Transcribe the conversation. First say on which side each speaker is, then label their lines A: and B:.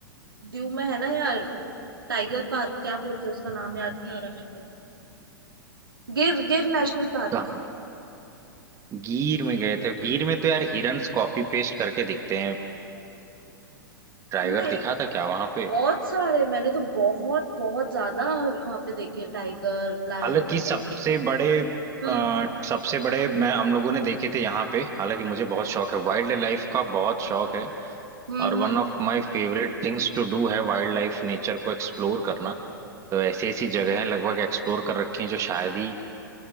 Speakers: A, on the right; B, on the right.
A: दीव में है ना यार टाइगर पार्क क्या बोलते हैं उसका नाम याद नहीं आ रहा मेरे को गिर गिर नेशनल पार्क
B: कहाँ गिर में गए थे गिर में तो यार हिरन्स कॉपी पेस्ट करके दिखते हैं टाइगर
A: नहीं
B: दिखा था क्या वहां पे
A: बहुत सारे मैंने तो बहुत बहुत ज्यादा वहां पे देखे टाइगर लायन
B: हालांकि
A: वगैरह
B: सबसे
A: सब देखे
B: बड़े
A: हम्म
B: आ, सबसे बड़े मैं हम लोगों ने देखे थे यहाँ पे हालांकि मुझे बहुत शौक है वाइल्ड लाइफ का बहुत शौक है
A: हम्म
B: और one
A: हम्म,
B: of my favourite things to do है वाइल्ड लाइफ नेचर को एक्सप्लोर करना तो ऐसी ऐसी जगहें लगभग एक्सप्लोर कर रखी हैं जो शायद ही